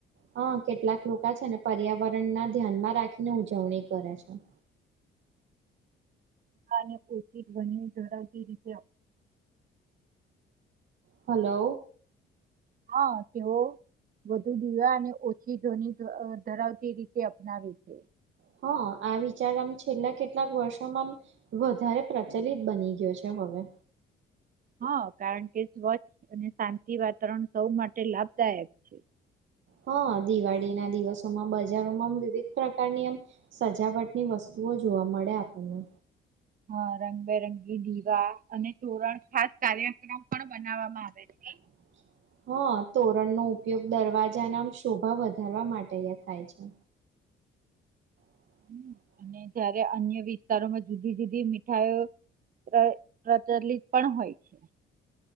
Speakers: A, on the right; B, on the right.
A: હા કેટલાક લોકો છે ને પર્યાવરણ ના ધ્યાનમાં રાખીને ઉજવણી કરે છે હ
B: ાને ઉછ ધ્વનિ ધળવતી રીતે
A: હલોલો
B: હા કેવો વધુ દીવા અને ઓછી ધ્વનિ ધરાવતી રીતે અપનાવે છે
A: હ હ આ વિચાર આમ છેલ્લા કેટલાક વર્ષોમાં આમ વધારે પ્રચલિત બની ગયો છે હવે
B: હા કારણ કે સ્વચ્છ અને શાંતિ વાતાવરણ સૌ માટે લાભદાયક છે
A: હા દિવાળી ના દિવસોમાં બજારોમાં વિવિધ પ્રકારની એમ સજાવટની વસ્તુ જોો જોવા મળે આપણને
B: હ રંગબેરંગી દીવા અને તોરણ ખાસ કાર્યક્રમ પણ બનાવવામાં આવે
A: <inaudible>
B: છે
A: હા તોરણનો ઉપયોગ દરવાજા ના શોભા વધારવા માટે એ થાય છે <inaudible>
B: હમ, અને જયારે અન્ય વિસ્તારોમાં જુદી જુદી મીઠાઈ પ્ર પ્રચલિત પણ હોય છે